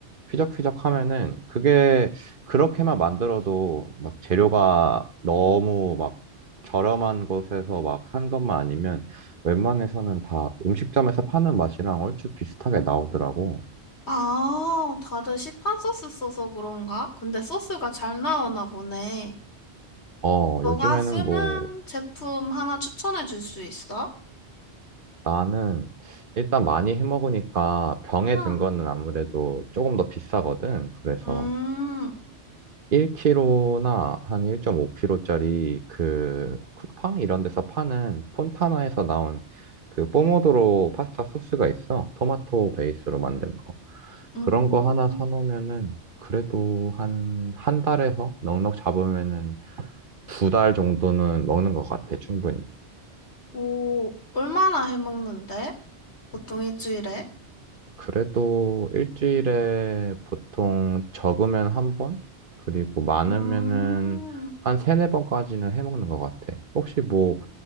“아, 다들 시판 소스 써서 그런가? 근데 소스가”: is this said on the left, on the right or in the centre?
Left